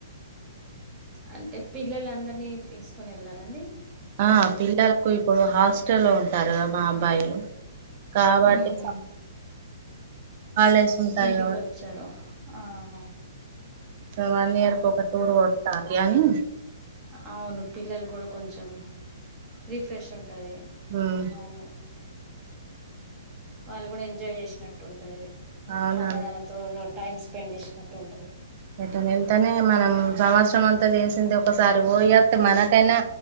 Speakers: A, on the right; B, on the right.
A: అంటే పిల్లలు అందరినీ తీసుకొని వెళ్లారండి
B: ఆ పిల్లలకు ఇప్పుడు హాస్టల్లో ఉంటారు గా మా అబ్బాయిలు కాబట్టి
A: ఉహు
B: హాలిడేస్ ఉంటాయి
A: ఇంటికి
B: కాబట్టి
A: వచ్చారు ఆహా
B: వన్ ఇయర్ కు ఒక టూర్ కొట్టాలి అని
A: అవును పిల్లలు కూడా కొంచెం రిఫ్రెష్ ఉంటది
B: ఉమ్
A: అవును వాళ్ళు కూడా ఎంజాయ్ చేసినట్టు ఉంటది
B: అవునండి
A: అమ్మనాన్నతో టైం స్పెండ్ చేసినట్టు ఉంటది
B: ఎటైన వెళ్తేనే మనం సంవత్సరం అంతా చేసింది ఒకసారి ఓయా మనకైనా